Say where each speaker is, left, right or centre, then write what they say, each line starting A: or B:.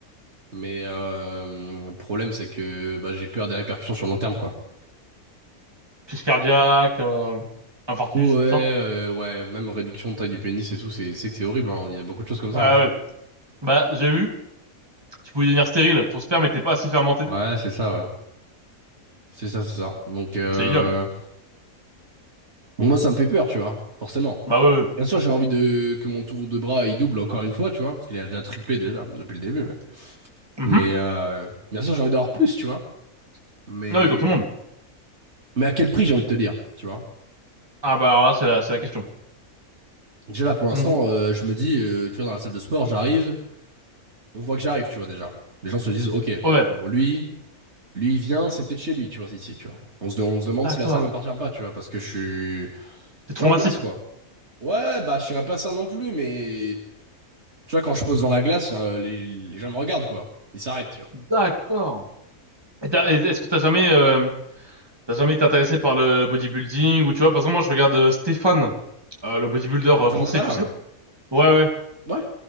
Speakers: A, on the right; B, on the right.
A: Mais euh, le problème, c'est que bah, j'ai peur des répercussions sur le long terme, quoi.
B: crise cardiaque, euh, infarctus,
A: Ouais,
B: tout ça.
A: euh, ouais, même réduction de taille du pénis et tout, c'est c'est que c'est horrible, hein. Il y a beaucoup de choses comme ça.
B: Ah
A: hein.
B: ouais. Bah, j'ai vu, tu pouvais devenir stérile, ton sperme n'était pas assez fermenté.
A: Ouais, c'est ça, ouais. C'est ça, c'est ça. Donc, euh,
B: C'est ignoble.
A: moi, ça me fait peur, tu vois, forcément.
B: Bah ouais, ouais.
A: Bien sûr, j'ai envie de que mon tour de bras il double encore une fois, tu vois, parce qu'il a déjà triplé déjà depuis le début. Mais,
B: Mhm.
A: mais, euh, bien sûr, j'ai envie d'avoir plus, tu vois. Mais,
B: Non, oui, comme tout le monde.
A: mais à quel prix, j'ai envie de te dire, tu vois.
B: Ah bah alors là, c'est la, c'est la question.
A: Déjà là, pour l'instant,
B: Mhm.
A: euh, je me dis, euh, tu vois, dans la salle de sport, j'arrive. on voit que j'arrive, tu vois, déjà. Les gens se disent, ok,
B: Ouais,
A: bon, lui, lui, il vient, c'est peut-être chez lui, tu vois, ici, tu vois. On se, de- on se demande
B: d'accord.
A: si la salle m'appartient pas, tu vois, parce que je suis,
B: C'est
A: je
B: trop
A: suis en
B: massif.
A: place, quoi. Ouais, bah, je suis pas ça non plus, mais tu vois, quand je pose dans la glace, là, les, les gens me regardent, quoi. Ils s'arrêtent, tu vois.
B: D'accord. Et t'as- et Est-ce que t'as jamais, euh, t'as jamais été intéressé par le, le bodybuilding ou tu vois, parce que moi, je regarde euh, Stéphane, euh, le bodybuilder
A: Stéphane
B: euh, français,
A: Matala,
B: tu sais.
A: hein.
B: Ouais, ouais.
A: Ouais.